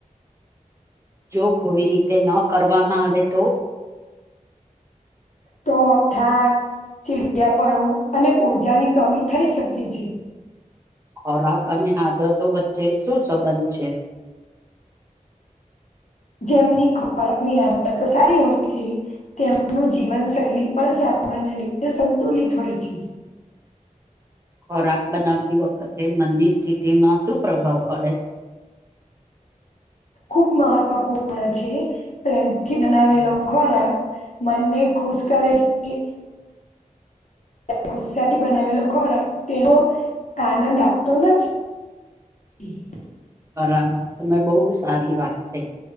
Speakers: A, on the right; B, on the left.
A: જો કોઈ રીતે ન કરવામાં આવે તો?
B: તો થાક ચીડિયાપણું અને ઉર્જાની કમી થઈ શકે છે.
A: ખોરાક અને આદતો વચ્ચે શું સંબંધ છે? <inaudible>
B: જેમની ખોરાકની આદતો સારી હોય છે, તેમનું જીવન શૈલી પણ સારી મને એ સંતુલિત હોય છે.
A: ખોરાક બનાવતી વખતે મનની સ્થિતિમાં શું પ્રભાવ પડે? <inaudible>
B: ખૂબ મહત્વપૂર્ણ છે પ્રેમથી બનાવેલો ખોરાક મનને ખુશ કરે છે ગુસ્સાથી બનાવેલો ખોરાક તેનો આનંદ આપતો નથી. <unintelligible>
A: બરાબર તમે બહુ સારી વાત થઈ